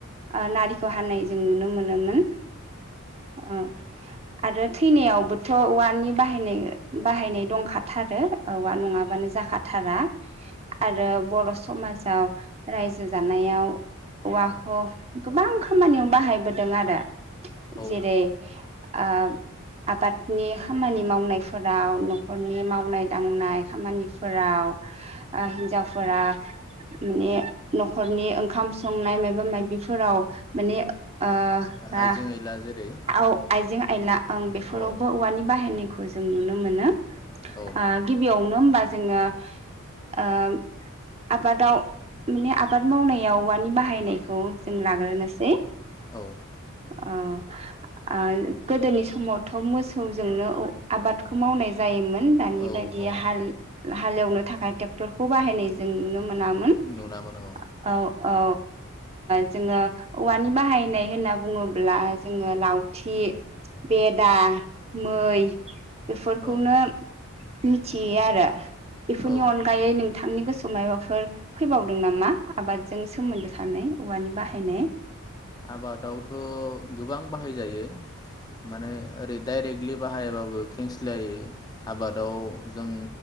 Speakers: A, on the right; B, on the left.
A: ओ नारि खौ हानाय जों नुनो मोनोमोन अ आरो थैनायावबोथ औवानि बाहायनाय बाहायनाय दंखाथारो औवा नङाबानो जाखाथारा आरो बर' समाजाव रायजो जानायाव औवाखौ गोबां खामानियाव बाहायबोदों आरो
B: औ
A: जेरै आह आबादनि खामानि मावनायफोराव न'खरनि मावनाय दांनाय खामानिफोराव ओ हिन्जावफोरा माने न'खरनि ओंखाम संनाय मायबा बायबिफोराव माने ओ
B: आइजें
A: आ
B: आइला जेरै
A: आव आइजें आइला ओं बेफोरावबो
B: औ
A: औवानि बाहायनाय खौ जों नुनो मोनो
B: औ
A: ओ गिबियावनो होमबा जोङो ओ आबादाव माने आबाद मावनायाव औनि बाहायनायखौ जों लाग्रोनोसै
B: औ
A: अ ओ गोदोनि समावथ' मोसौजोंनो आबादखौ मावनाय जायोमोन दानि
B: औ
A: बायदि
B: औ
A: हाल हालेवनो था खाय ट्रेक्टरखौ बाहायनाय जों नुनो मोना औ
B: नुना मोनो
A: औ ओ जोङो औवानि बाहायनाय होनना बुङोब्ला जोङो लावथि बेदा मै बेफोरखौनो
B: औ औ
A: मिथियो आरो बेफोरनि
B: औ
A: अनगायै नों थांनि गोसोआव मायबाफोर फैबावदों नामा आबादजों सोमोन्दो थानाय औवानि बाहायनाय
B: आबादावथ' गोबां बाहायजायो माने ओरै दाइरेक्टलि बाहायाबाबो खेंसलियायै आबादाव जों